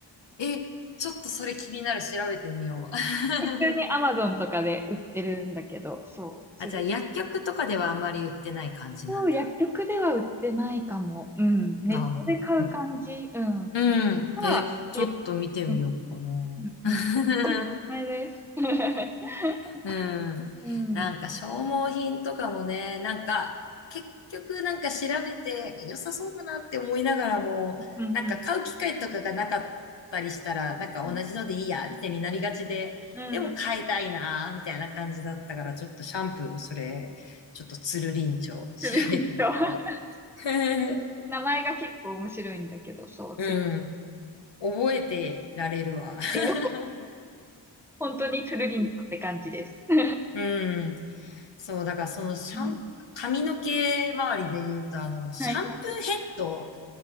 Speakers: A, on the left (about 75°); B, in the centre.
A: え、ちょっとそれ気になる。調べてみよう。<laughs>
B: 普通にアマゾンとかで売ってるんだけど、そう、釣り。
A: あ、じゃあ薬局とかではあんまり売ってない感じなんだ。
B: そう薬局では売ってないかも。うん。ネットで買う感じ。
A: まあ、うん
B: うん。
A: うん。
B: ただ、
A: え、
B: 美容
A: ちょっと見てみようかな。
B: うん、うん、
A: <laughs>
B: うん。おすすめです。<laughs>
A: うん。
B: うん。
A: なんか消耗品とかもね、
B: うん、
A: なんか結局なんか調べて良さそうだなって思いながらも、
B: うん。
A: なんか買う機会とかがなかったりしたら、なんか同じのでいいや、
B: うん、
A: みたいになりがちで、
B: うん。
A: でも買いたいな、みたいな感じだったから、ちょっとシャンプー、それ、ちょっとつるりんちょ、調べてみよ
B: つるりんと。<laughs>
A: う。<laughs>
B: 名前が結構面白いんだけど、そう、
A: うん。
B: つる
A: 覚えてられるわ。<laughs>
B: りんと。本当につるりんとって感じです。<laughs> う
A: うん。そう、だからそのシャン、
B: ん
A: 髪の毛周りで言うと、あの、シャンプーヘッド
B: はい